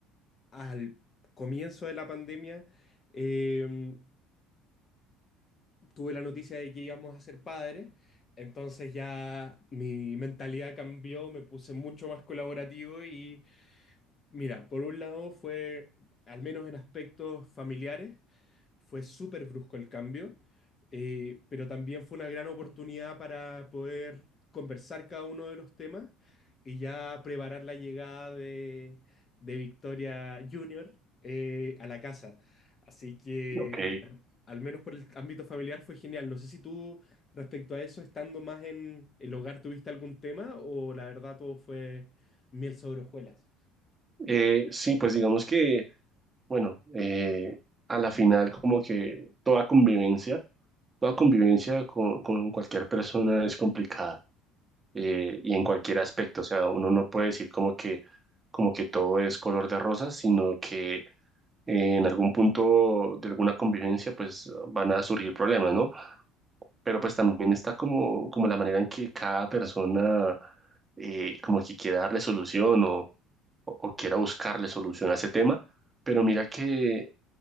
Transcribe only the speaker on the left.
al comienzo de la pandemia, em, tuve la noticia de que íbamos a ser padres, entonces ya mi mentalidad cambió, me puse mucho más colaborativo y mira, por un lado fue, al menos en aspectos familiares, fue súper brusco el cambio, eh, pero también fue una gran oportunidad para poder conversar cada uno de los temas y ya preparar la llegada de, de Victoria Junior eh, a la casa. Así que
al menos por el ámbito familiar, fue genial. No sé si tú, respecto a eso, estando más en el hogar, tuviste algún tema o la verdad todo fue miel sobre hojuelas.